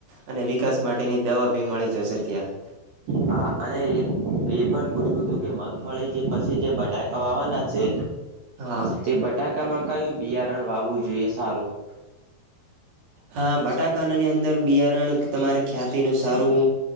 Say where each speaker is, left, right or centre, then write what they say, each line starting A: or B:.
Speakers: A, on the right; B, on the right.
A: અને વિકાસ માટે ની દવા ભી મળી જશે ત્યાં
B: હા અને એ પણ પૂછવું હતું કે મગફળી જે પછી જે બટાકા વાવાના છે
A: હા
B: તે બટાકામાં કયું બિયારણ વાવું જોઈએ સારું <inaudible>
A: હા બટાાના ની અંદર બિયારણ તમારે ખ્યાતિ નું સારું